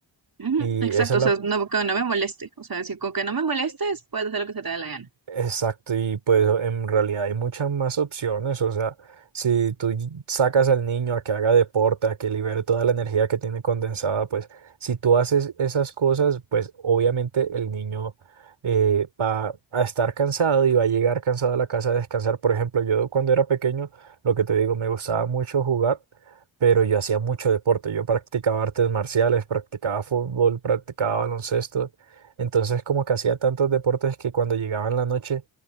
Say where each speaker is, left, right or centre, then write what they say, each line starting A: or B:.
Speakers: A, on the right; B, on the right.
A: Ujú,
B: Y
A: exacto,
B: esa es
A: o
B: la,
A: sea, no, que no me moleste. O sea, si con que no me molestes, puedes hacer lo que se te dé la gana.
B: Exacto, y pues en realidad hay muchas más opciones, o sea, si tú y- sacas al niño a que haga deporte, a que libere toda la energía que tiene condensada, pues si tú haces esas cosas, pues obviamente el niño eh, va a estar cansado y va a llegar cansado a la casa a descansar. Por ejemplo, yo cuando era pequeño, lo que te digo, me gustaba mucho jugar, pero yo hacía mucho deporte, yo practicaba artes marciales, practicaba fútbol, practicaba baloncesto. Entonces, como que hacía tantos deportes que cuando llegaba en la noche,